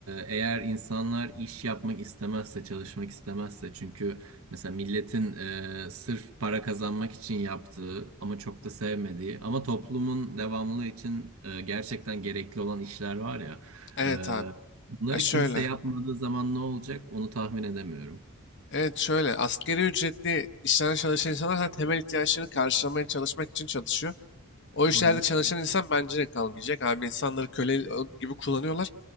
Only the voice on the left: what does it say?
Evet
abi.
Ya şöyle.
Evet şöyle. Asgari ücretli işlerde çalışan insanlar zaten temel ihtiyaçlarını karşılamaya çalışmak için çalışıyor. O işlerde
çalışan insan bence de kalmayacak abi. İnsanları köle gibi kullanıyorlar.